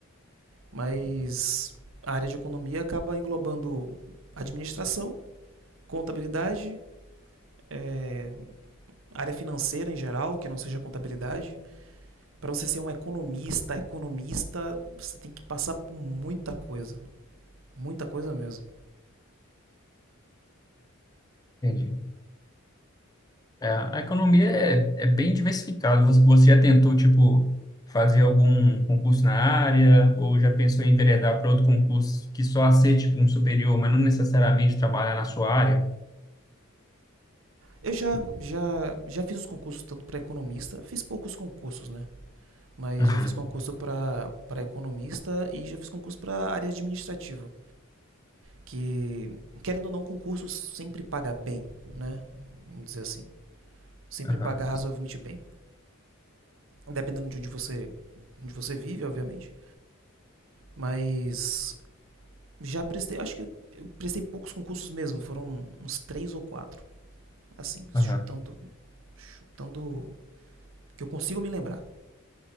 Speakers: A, on the right; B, on the left.
A: Mas a área de economia acaba englobando administração, contabilidade, é, área financeira em geral, que não seja contabilidade. Para você ser um economista, economista, você tem que passar por muita coisa, muita coisa mesmo.
B: Entendi. É, a economia é, é bem diversificada. Você você já tentou, tipo, fazer algum concurso na área ou já pensou em enveredar para outro concurso que só aceite, tipo, um superior, mas não necessariamente trabalhar na sua área?
A: Eu já, já, já fiz os concursos tanto para economista, fiz poucos concursos, né? Mas
B: Uhum,
A: já fiz concurso para economista e já fiz concurso para área administrativa, que querendo ou não concurso sempre paga bem, né? Vamos dizer assim, sempre
B: aham,
A: paga razoavelmente bem, dependendo de onde você, onde você vive, obviamente. Mas já prestei, acho que eu, eu prestei poucos concursos mesmo, foram uns três ou quatro, assim,
B: aham.
A: chutando, chutando que eu consigo me lembrar.